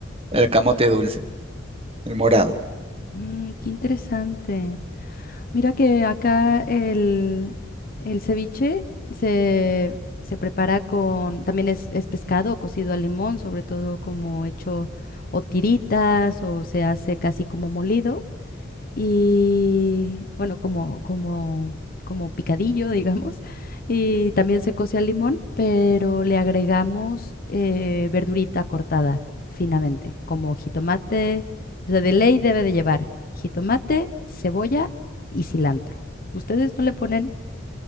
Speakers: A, on the right (about 30°); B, on the left (about 45°).
A: el camote dulce, el morado.
B: Mm, qué interesante. Mira que acá el, el ceviche se, se prepara con, también es, es pescado cocido al limón, sobre todo como hecho o tiritas o se hace casi como molido y bueno, como, como, como picadillo, <laughs> digamos, y también se coce al limón, pero le agregamos eh, verdurita cortada finamente, como jitomate, o sea, de ley debe de llevar jitomate, cebolla y cilantro. ¿Ustedes no le ponen